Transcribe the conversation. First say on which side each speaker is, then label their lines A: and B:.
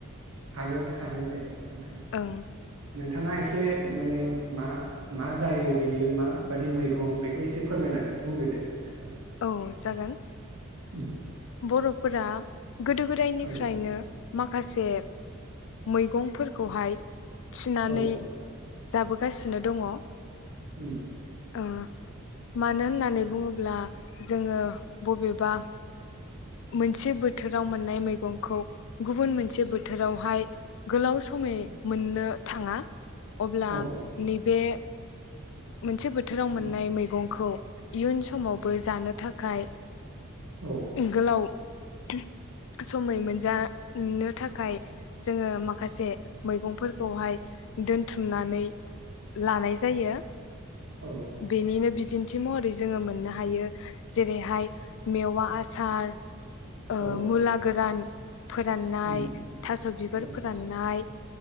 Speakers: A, on the right (about 70°); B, on the left (about 65°).
A: हागोन हागोन दे नोंथां।
B: ओं
A: नोंथाङा एसे माने मा मा जायो बेयो माबादि मैगं बेखौ एसे फोरमायनानै बुंग्रोदो नोंथाङा।
B: औ जागोन
A: उम,
B: बर' फोर गोदो गोदायनिफ्रायनो
A: औ
B: माखासे मैगंफोरखौहाय थिनानै
A: औ
B: जाबोगासिनो दङ
A: उ
B: औ मानो होननानै बुङोब्ला जोङो बबेबा मोनसे बोथोराव मोननाय मैगंखौ गुबुन मोनसे बोथोरावहाय गोलाव समय मोननो थाङा अब्ला
A: औ
B: नैबे मोनसे बोथोराव
A: उम,
B: मोननाय मैगंखौ इयुन समावबो जानो थाखाय
A: औ
B: गलााव समय मोनजानो थाखाय जोङो माखासे मैगंफोरखौहाय दोनथुमनानै लानाय जायो
A: औ
B: बेनिनो बिदि दिन्थि महरै जोङो मोननो हायो जेरैहाय मेवा आसार
A: औ
B: मुला गोरान फोराननाय
A: उम,
B: थास' बिबार
A: औ
B: फोराननाय